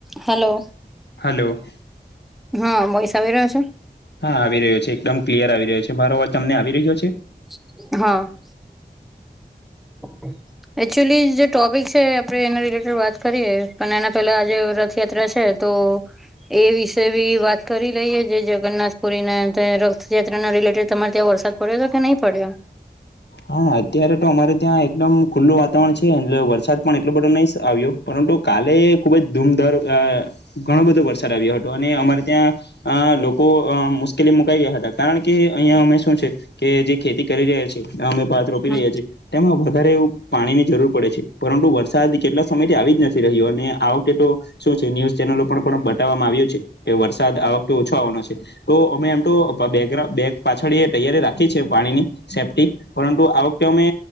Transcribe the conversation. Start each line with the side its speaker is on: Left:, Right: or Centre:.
Centre: હલો
Left: હલો
Centre: હહ વોઇસ આવી રહ્યો છે?
Left: હા આવી રહ્યો છે. એકદમ ક્લિયર આવી રહ્યો છે. મારો અવાજ તમને આવી રહ્યો છે?
Centre: હહ ઓ <inaudible> એકચ્યુલી જે ટોપિક છે આપણે એના રિલેટેડ વાત કરીએ. પણ એના પેલા આજે રથયાત્રા છે. તો એ વિશે બી વાત કરી લઈએ. જે જગન્નાથપુરીના રથયાત્રાના રિલેટેડ તમારે ત્યાં વરસાદ પડ્યો તો કે નહી પડ્યો?
Left: હા અત્યારે તો અમારે ત્યાં એકદમ ખુલ્લું વાતાવરણ છે એનલે વરસાદ પણ એટલો બધો નહી આવ્યો. પરંતુ કાલે ખુબ જ ધૂમધર અ ઘણો બધો વરસાદ આવ્યો હતો. અને અમારે ત્યાં અ લોકો અ મુશ્કેલીમાં મુકાઈ ગયા હતા. કારણ કે અહિયાં અમે શું છે કે જે ખેતી કરી રહ્યા છીએ. અમે ભાત રોપી
Centre: હમ
Left: રહ્યા છી. તેમાં વધારે એવું પાણીની જરૂર પડે છે. પરંતુ વરસાદ કેટલા સમયથી આવી જ નથી રહ્યો અને આ વખતે તો શું છે ન્યુઝ ચેનલો પણ પણ બતાવામાં આવ્યું છે. કે વરસાદ આ વખતે ઓછો આવાનો છે. તો અમે એમ તો પ બેગરા બેગ પાછળ તૈયારી રાખી છે. પાણીની સેફ્ટી. પરંતુ આ વખતે અમે